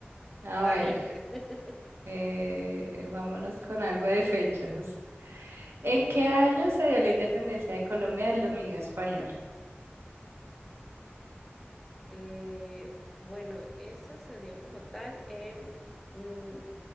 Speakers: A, on the right; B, in the centre.
A: A
B: Está
A: ver.
B: bien, pues. <laughs>
A: Eh, vámonos con algo de fechas. ¿En qué año se dio
B: Ay,
A: la independencia de Colombia del dominio español?
B: Eh, bueno, esa se dio como tal en... mm,